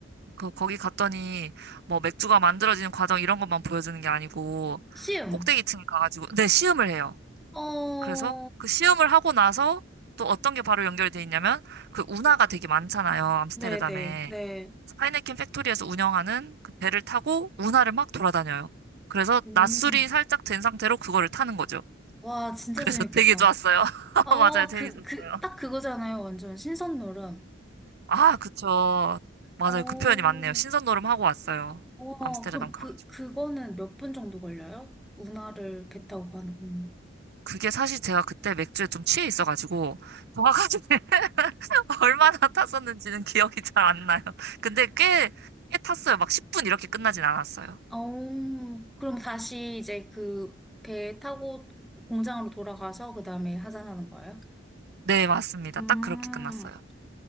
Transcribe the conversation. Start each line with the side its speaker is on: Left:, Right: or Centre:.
Right: 그, 거기 갔더니 뭐 맥주가 만들어지는 과정 이런 것만 보여주는 게 아니고
Centre: 시음.
Right: 꼭대기층에 가가지고 네, 시음을 해요.
Centre: 어,
Right: 그래서 그 시음을 하고 나서 또 어떤 게 바로 연결이 돼 있냐면 그 운하가 되게 많잖아요. 암스테르담에.
Centre: 네네, 네.
Right: 하이네켄 팩토리에서 운영하는 그 배를 타고 운하를 막 돌아다녀요. 그래서
Centre: 음.
Right: 낮술이 살짝 된 상태로 그거를 타는 거죠.
Centre: 와, 진짜
Right: 그래서
Centre: 재밌겠다.
Right: 되게 좋았어요. <laughs>
Centre: 아
Right: 맞아요. 재밌었어요.
Centre: 그, 그, 딱 그거잖아요. 완전 신선놀음.
Right: 아, 그쵸. 맞아요.
Centre: 어,
Right: 그 표현이 맞네요. 신선놀음 하고 왔어요.
Centre: 와,
Right: 암스테르담
Centre: 그럼
Right: 가가지고.
Centre: 그, 그거는 몇 분 정도 걸려요? 운하를 배 타고 가는 건.
Right: 그게 사실 제가 그때 맥주에 좀 취해 있어가지고, 정확하게 <laughs> 얼마나 탔었는지는 기억이 잘 안 나요. 근데 꽤, 꽤 탔어요. 막 10분 이렇게 끝나진 않았어요.
Centre: 어, 그럼 다시 이제 그 배 타고 공장으로 돌아가서 그 다음에 하산하는 거예요?
Right: 네, 맞습니다.
Centre: 음,
Right: 딱 그렇게 끝났어요.